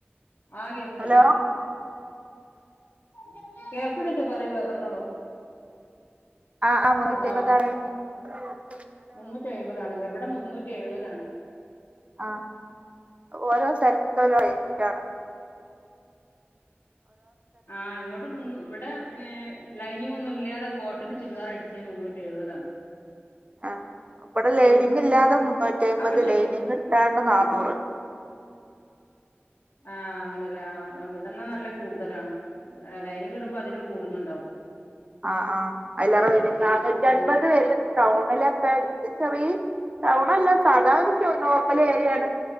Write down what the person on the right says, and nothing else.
ഹലോ
ആ ആ <inaudible> <unintelligible>
<unintelligible>
ആ ഓരോ സ്ഥ രോ റൈറ്റാണ്
ആ അവിടെ ലേരിങ് ഇല്ലാതെ മു നൂറ്റിമ്പത്
ലൈനിങ് ഇട്ടാണ്ട് നാന്നൂറ്
ആ ആഐലേറെ വരു നനൂറ്റി
അൻപത് വെരും ടൗണില <inaudible> <unintelligible> ടൗണല്ല സാധാരു <inaudible> ഏരിയാണ്